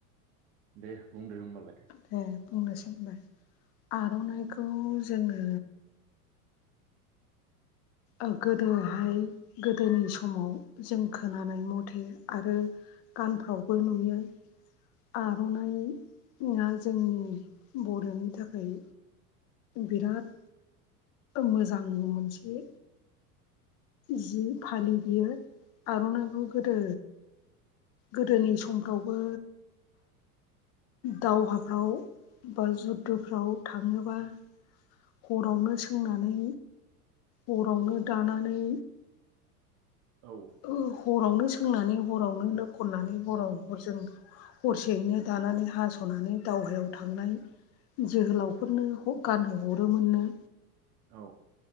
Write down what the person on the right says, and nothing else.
दे बुंदो होनबालाय
औ
औ